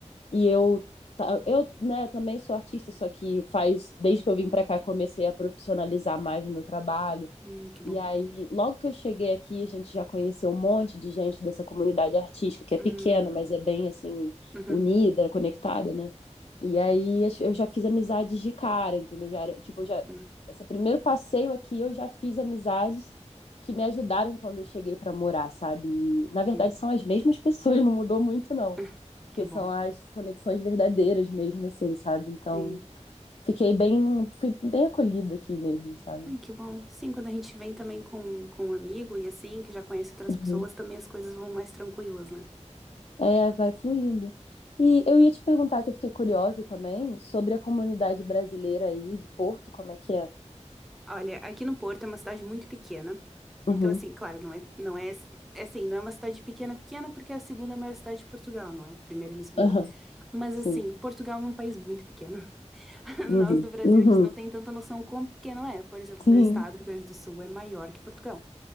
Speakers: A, on the left; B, in the centre.
A: e eu, ta- eu, né, também sou artista, só que faz, desde que eu vim pra cá, comecei a profissionalizar mais o meu trabalho.
B: hum, que bom.
A: E aí, logo que eu cheguei aqui, a gente já conheceu um monte de gente dessa comunidade artística, que é
B: Hum,
A: pequena, mas é bem assim,
B: uhum,
A: unida, conectada, né? E aí eu já fiz amizades de cara, entendeu? Já era, tipo, já
B: hum,
A: esse primeiro passeio aqui eu já fiz amizades que me ajudaram quando eu cheguei para morar, sabe? E, na verdade
B: sim.
A: são as mesmas pessoas, <laughs> não mudou muito não,
B: Ah,
A: porque
B: que bom.
A: são as conexões verdadeiras mesmo assim, sabe? Então,
B: Sim.
A: fiquei bem fui bem acolhida aqui mesmo, sabe?
B: Ai, que bom. Sim, quando a gente vem também com, com um amigo e assim, que já conhece outras
A: Uhum.
B: pessoas, também as coisas vão mais tranquilas, né?
A: É, vai fluindo. E eu ia te perguntar, que eu fiquei curiosa também, sobre a comunidade brasileira aí de Porto, como é que é?
B: Olha, aqui no Porto é uma cidade muito pequena.
A: Uhum,
B: Então, assim, claro, não é, não é, é assim, não é uma cidade pequena, pequena, porque é a segunda maior cidade de Portugal, não é? Primeiro é Lisboa.
A: aham,
B: Mas,
A: sim.
B: assim, Portugal é um país muito pequeno. <laughs>
A: Uhum,
B: Nós do Brasil,
A: uhum,
B: a gente não tem tanta noção quão pequeno é. Por exemplo,
A: sim.
B: meu estado, Rio Grande do Sul, é maior que Portugal.